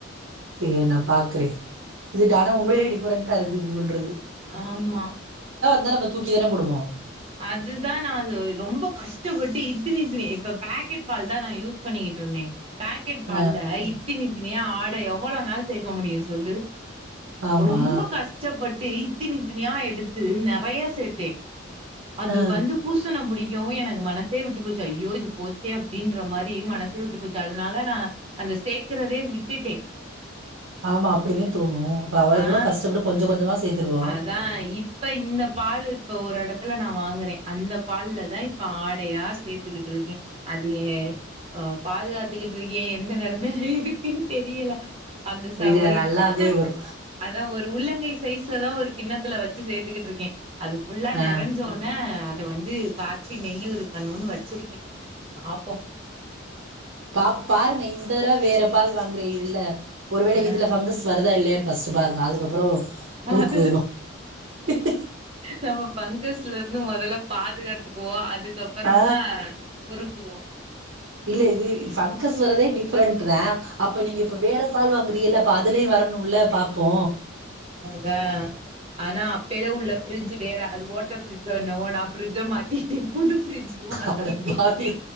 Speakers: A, on the right (about 65°); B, on the right (about 30°).
A: செரி நா பாக்குறே எப்டி சொல்றது
B: ஆமா
A: தா நம்ம தூக்கி தானே போடுவோ
B: அதுதா நா அது ரொம்ப கஷ்டப்பட்டு இத்தினி இத்தினி இப்ப பேக்கெட் பால்தா நா யூஸ் பண்ணிக்கிட்டு இருந்தே பாக்கெட் பால்ல
A: ஆ
B: இத்தினி இ இத்தினிய ஆடை எவ்ளோ உன்னால சேக்க முடியு சொல்லு
A: ஆமா
B: ரொம்ப கஷ்டப்பட்டு டேய் இத்தினி இத்தினியா எடுத்து நெறைய சேத்தே அது
A: ஆ
B: வந்து பூசண புடி யோ எனக் மனசே விட்டுப் போச்சு ஐயோ இது போச்சே அப்டின்ற மாரி மனசே விட்டுப் போச்சு அதுனால நா அந்த சேக்கரரே விட்டுட்டே
A: ஆமா அப்டிதே தோணோ இப்ப அவள
B: ஆ
A: தூரோ கஷ்டப்பட்டு கொஞ்சோ கொஞ்சோமா சேத்திர்கோ
B: அதான் சூப்பருங்க. இப்ப இந்த பால் இப்ப ஒரு எட ல்ல நா வாங்குறே அந்த பால்லதா இப்ப ஆடையா சேத்துக்கிட்டுருக்கே அது ஏய் அ பாதுகாத்துக்கிட்டு இருக்கே எந்த நெலமைல இருக்குன்னு தெரியல அந்த ச
A: விடு
B: ஒரு
A: நல்லாதே
B: சின்ன
A: வரு
B: அதா ஒரு உள்ளங்கை சைஸ்லதா ஒரு கிண்ணத்துல வச்சு சேத்துக்கிட்டு இருக்கே அது ஃபுல்லா நெ
A: ஆ
B: ன அத வந்து காச்சி நெய்யுருக்கணுன்னு வச்சிருக்கே பாப்போ
A: பாப் பாருங்க இந்த தடவ வேற பால் வாங்குறிகல்ல ஒருவேளை
B: ஆ
A: இதுல ஃபங்கஸ் வருதா இல்லையானு ஃபர்ஸ்ட்டு பாருங்க அதுக்கப்பறோ உருக்கு
B: அத
A: <unintelligible>
B: நம ஃபங் கஸ்ல இருந்து மொதல்ல பாதுகாத்துக்குவோ அது தொப்பறமா
A: ஆ
B: உரு ல்லியா
A: இல்ல இது ஃபங்கஸ் வரதே டிஃபரண்ட்தா அப்ப நீங்க இப்ப வேற பால் வாங்குறீகள்ள இப்ப அதுலயு வரணுல பாப்போ
B: அதா ஆனா அப்பேலே உள்ள ஃப்ரிட்ஜ் வேற அது ஓட்ட ஃப்ரிட்ஜ்சோ என்னவோ நா ஃப்ரிட்ஜ மாத்திட்டே புது ஃப்ரிட்ஜ் மாத்திட்டேன்
A: அட பாவி